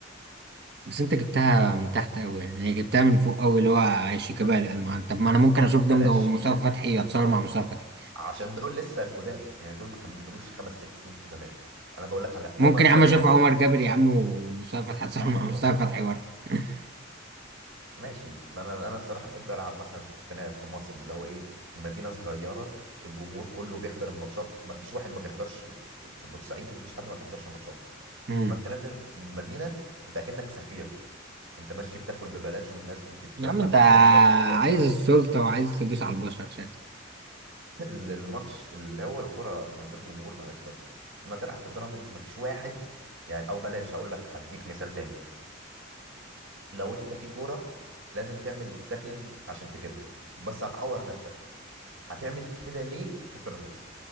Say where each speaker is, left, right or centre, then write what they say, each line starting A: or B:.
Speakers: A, on the right (about 55°); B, on the right (about 75°).
A: بس انت جبتها من تحت قوي يعني هي جبتها من فوق قوي اللي هو شيكابالا ما انت طب ما انا ممكن اشوف دونجا
B: بلاش
A: ومصطفى
B: شيكا
A: فتحي اتصور مع مصطفى فتحي
B: عشان دول لسه جداد يعني دول ما كملوش خمس ست سنين في الزمالك انا بقول لك على
A: ممكن
B: عمر جابر
A: يا عم اشوف
B: يا
A: عمر
B: سيدي.
A: جابر يا عم ومصطفى فتحي
B: سبحان
A: اتصور مع
B: الله
A: مصطفى فتحي برضه <laughs>
B: ماشي انا انا الصراحه احب العب مثلا في في في مصري لو ايه مدينه صغيره الجمهور كله بيحضر الماتشات ما فيش واحد ما بيحضرش في في بورسعيد ما فيش حد ما بيحضرش الماتشات
A: امم
B: فانت نازل من المدينه انت اكنك سفير انت ماشي بتاكل ببلاش والناس بتترمى
A: يا عم انت
B: تحت رجلك وتعشقوك
A: عايز السلطه وعايز تدوس على البشر شكلك
B: ال- الماتش اللي هو الكرة من غير جمهور ملهاش لازمة لما تلعب في بيراميدز مفيش واحد يعني او بلاش هقول لك هديك مثال تاني لو انت في كورة لازم تعمل تاكلينج عشان تجيبها بس هتعور نفسك هتعمل كده ليه في بيراميدز